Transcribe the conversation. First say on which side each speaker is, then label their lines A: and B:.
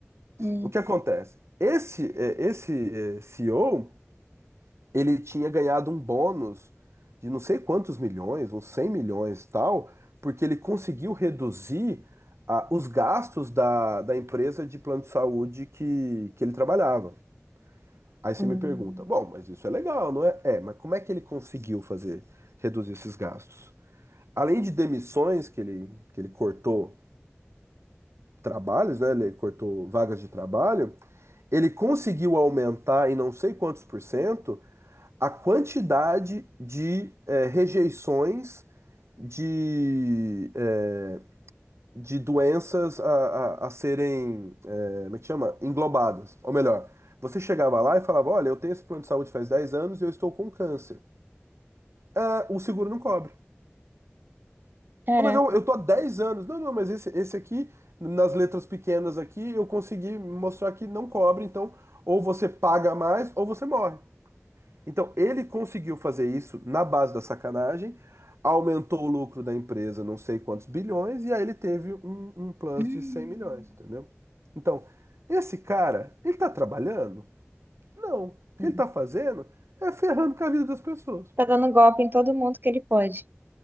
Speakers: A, on the right (about 50°); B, on the right (about 85°).
A: Hum.
B: O que acontece? Esse, eh, esse eh, CEO, ele tinha ganhado um bônus de não sei quantos milhões, uns 100 milhões e tal, porque ele conseguiu reduzir ah, os gastos da, da empresa de plano de saúde que, que ele trabalhava. Aí você
A: Hum,
B: me pergunta, bom, mas isso é legal, não é? É, mas como é que ele conseguiu fazer, reduzir esses gastos? Além de demissões, que ele, que ele cortou trabalhos, né? Ele cortou vagas de trabalho, ele conseguiu aumentar em não sei quantos por cento a quantidade de eh, rejeições de, eh, de doenças a, a, a serem, eh, como é que chama? Englobadas. Ou melhor, você chegava lá e falava: Olha, eu tenho esse plano de saúde faz 10 anos e eu estou com câncer. Ah, o seguro não cobre.
A: caraca.
B: "Ah, mas eu, eu tô há 10 anos. Não, não, mas esse, esse aqui, nas letras pequenas aqui, eu consegui mostrar que não cobre, então ou você paga mais ou você morre. Então, ele conseguiu fazer isso na base da sacanagem, aumentou o lucro da empresa não sei quantos bilhões, e aí ele teve um, um plus
A: Hum,
B: de 100 milhões, entendeu? Então, esse cara, ele tá trabalhando? Não. O que
A: não.
B: ele tá fazendo é ferrando com a vida das pessoas.
A: Tá dando golpe em todo mundo que ele pode.